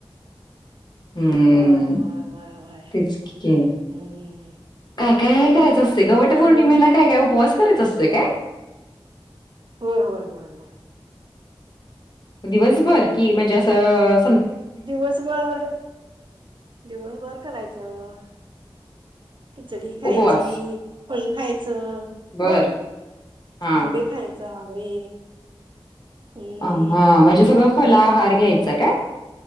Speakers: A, on the left; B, on the right.
A: हम्म
B: होय होय होय होय
A: तेच की
B: हम्म
A: काय
B: घ्यायचं
A: काय
B: की आता
A: करायचं असतय ग गवट
B: फॅमिली
A: पौर्णिमेला काय काय उपवास करायच असतय काय
B: होय होय होयय
A: दिवसभर की म्हणजे ह
B: दिवसभर दिवसभर करायचं खिचडी खायची
A: उपवास
B: फण खायचं
A: बर
B: हो
A: हा
B: आंबे खायच आंबे हम्म
A: ह हा म्हणजे सगळं फला भार घ्यायच का